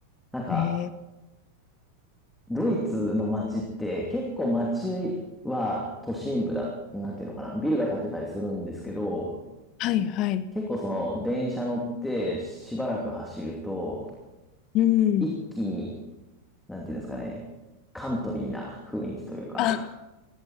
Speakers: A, in the centre; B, on the left (about 40°).
A: なんか、
B: えー
A: ドイツの街って結構街は都心部だ、なんていうのかな、ビルが建ってたりするんですけど、
B: はいはい。
A: 結構その電車乗ってしばらく走ると、
B: うん。
A: 一気に、なんていうんですかね、カントリーな雰囲気というか、
B: あ、